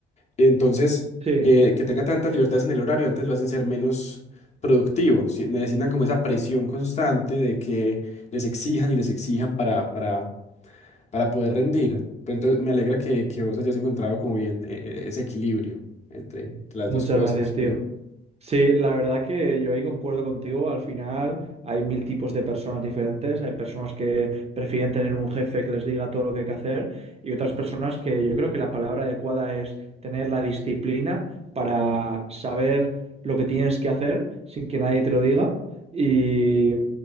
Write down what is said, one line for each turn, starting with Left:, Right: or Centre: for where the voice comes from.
Left: Entonces,
Right: Sí.
Left: que, que tenga tantas libertades en el horario, antes lo hacen ser menos productivo. Si- necesitan como esa presión constante de que les exijan y les exijan para, para, para poder rendir. Pero entonces, me alegra que, que vos hayas encontrado como bien eh, eh, ese equilibrio entre, entre las
Right: Muchas
Left: dos cosas.
Right: gracias,
Left: que-
Right: tío. Sí, la verdad que yo ahí concuerdo contigo. Al final hay mil tipos de personas diferentes. Hay personas que prefieren tener un jefe que les diga todo lo que hay que hacer y otras personas que yo creo que la palabra adecuada es tener la disciplina para saber lo que tienes que hacer sin que nadie te lo diga y,